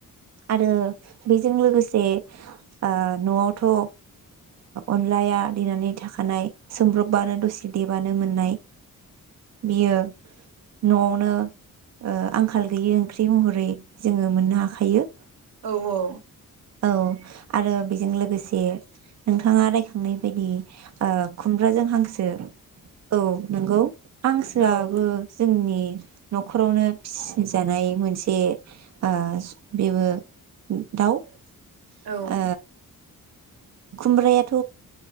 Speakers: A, on the right; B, on the right.
A: आरो बेजों लोगोसे ओ न'आवथ ओ अन लाया देनानै थाखानाय सोमब्रबबानो दसे देबानो मोननाय बियो नआवनो ओ आंखाल गैयि ओंख्रि महरै जोङो मोननो हाखायो
B: औ औ
A: औ आरो बेजों लोगोसे नोंथाङा राय खांनाय बायदि ओ खुमब्राजों हांसो औ नंगौ हांसोआबो
B: औ
A: जोंनि न'खरावनो फिसिजानाय मोनसे ओ बेबो दाउ
B: औ
A: ओ खुमब्रायाथ